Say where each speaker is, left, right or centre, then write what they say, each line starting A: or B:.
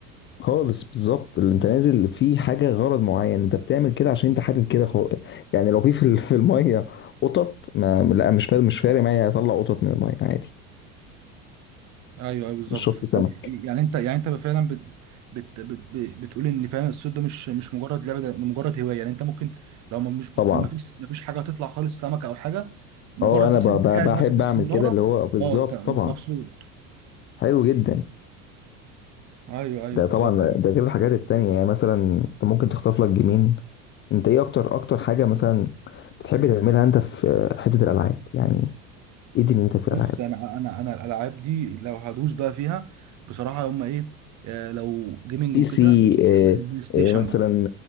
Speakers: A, on the left; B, on the right.
A: خالص بالظبط اللي انت نازل في حاجه غرض معين انت بتعمل كده عشان انت حابب كده خالص يعني لو في في ال- في الميه قطط ما لا مش فارق مش فارق معايا اطلع قطط من الميه عادي
B: ايوه ايوه بالظبط
A: مش شرط سمك
B: يعني انت يعني انت فعلا بت بت بت بت- بتقول ان فعلا الصيد ده مش مش مجرد لعبه ده ده مجرد هوايه يعني انت ممكن لو ما مش
A: طبعا
B: ما فيش ما فيش حاجه هتطلع خالص سمكه او حاجه مجرد
A: اه انا
B: بس
A: ب-
B: انت
A: ب-
B: قاعد
A: بحب
B: ماسك السناره
A: اعمل كده اللي هو بالظبط
B: اه انت
A: طبعا
B: مبسوط
A: حلو جدا
B: ايوه ايوه
A: ده
B: بالظبط
A: طبعا ده غير الحاجات التانية يعني مثلا انت ممكن تختار لك جيمين انت ايه اكتر اكتر حاجه مثلا بتحب تعملها انت في حته الالعاب يعني ايه دنيتك في الالعاب
B: بص انا انا انا الالعاب دي لو هدوس بقى فيها بصراحه هم ايه آه، لو جيمنج
A: بي
B: وكده
A: سي آه،
B: البلاي ستيشن
A: آه، مثلا
B: بقى